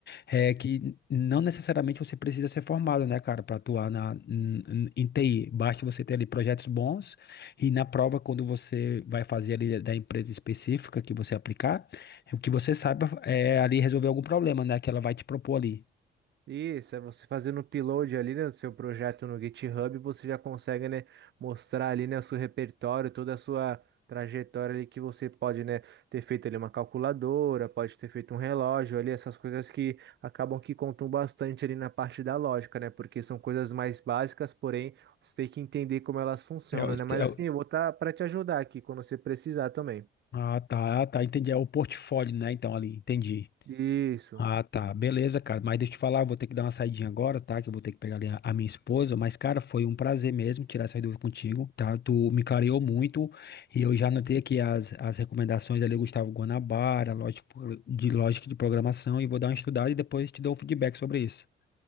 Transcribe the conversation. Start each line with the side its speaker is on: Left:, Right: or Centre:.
Left: é que não necessariamente você precisa ser formado, né, cara, para atuar na, n- n- em TI. Basta você ter ali projetos bons e na prova, quando você vai fazer ali da empresa específica que você aplicar, é O que você saiba é ali resolver algum problema, né? Que ela vai te propor ali.
Right: Isso, é você fazendo o upload ali, né, do seu projeto no GitHub, você já consegue, né, mostrar ali, né, o seu repertório, toda a sua trajetória ali que você pode, né, ter feito ali uma calculadora, pode ter feito um relógio ali, essas coisas que acabam que contam bastante ali na parte da lógica, né, porque são coisas mais básicas, porém, você tem que entender como elas funcionam,
Left: É, o-
Right: né, mas
Left: é
Right: assim,
Left: o-
Right: eu vou estar para te ajudar aqui quando você precisar também.
Left: ah, tá, tá, entendi. É o portfólio, né? Então, ali, entendi.
Right: Isso,
Left: Ah, tá, beleza, cara. Mas deixa eu te falar, eu vou ter que dar uma saidinha agora, tá? Que eu vou ter que pegar ali a, a minha esposa. Mas, cara, foi um prazer mesmo tirar essa dúvida contigo, tá? Tu me clareou muito e eu já anotei aqui as, as recomendações ali, Gustavo Guanabara, lógica pro- de lógica de programação, e vou dar uma estudada e depois te dou um feedback sobre isso.